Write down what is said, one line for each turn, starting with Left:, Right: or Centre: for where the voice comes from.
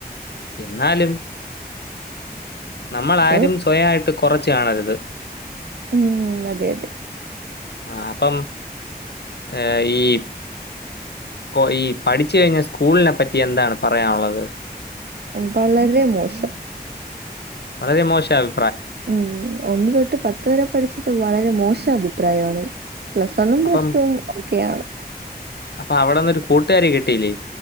Left: എന്നാലും നമ്മള
Right: അതെ
Left: ആരും സ്വയായിട്ട് കൊറച്ച് കാണരുത്.
Right: ഉം അതെ അതെ
Left: ആഹ് അപ്പം ഏഹ് ഈ കൊ ഈ പഠിച്ച കഴിഞ്ഞ സ്കൂളിനെ പറ്റി എന്താണ് പറയാനുള്ളത്?
Right: വളരെ മോശം
Left: വളരെ മോശാഭി
Right: ഉം ഒന്ന് തൊട്ട് പത്ത് വരെ പഠിച്ചിട്ട് വളരെ മോശഭിപ്രായാണ് പ്ലസ് വണ്ണും
Left: അപ്പം
Right: പ്ലസ് ടു ക്കെയാണ്
Left: അപ്പൊ അവിടെന്നൊരു കൂട്ടുകാരി കിട്ടിയില്ലേ